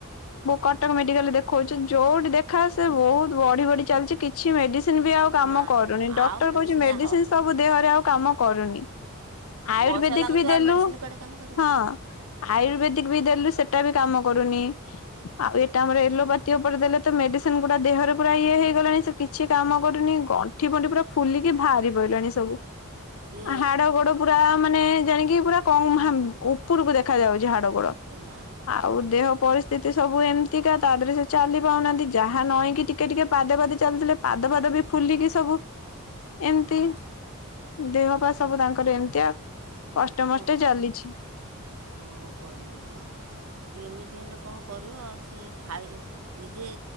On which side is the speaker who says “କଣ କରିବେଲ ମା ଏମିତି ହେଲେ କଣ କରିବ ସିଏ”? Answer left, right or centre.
Right